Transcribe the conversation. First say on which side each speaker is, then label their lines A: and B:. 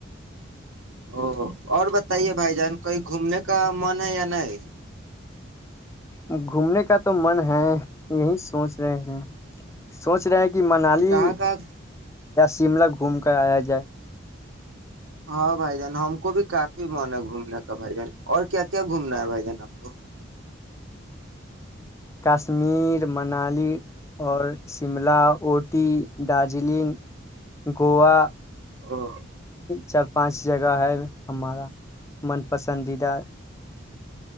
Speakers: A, on the right; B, on the left.
A: او اور ب بتے بھائی جان کویں گھومنے کا من ہے یا نہیں
B: اب گھومنے کا تو من ہے یہی سوچ رہے ہیں سوچ رہا ہے کہ منالی
A: کہاں کا
B: شملہ گھوم کر آیا جائے
A: ہاں بھائی جان ہم کو بھی کافی من ہے گھومنے کا بھائی جان اور کیا کیا گھومنا ہے بھائی جان آپ کو
B: کشمیر منالی اور شملہ اوٹی دارجلنگ گوا
A: او
B: چار پانچ جگہ ہے ہمارا پسندیدہ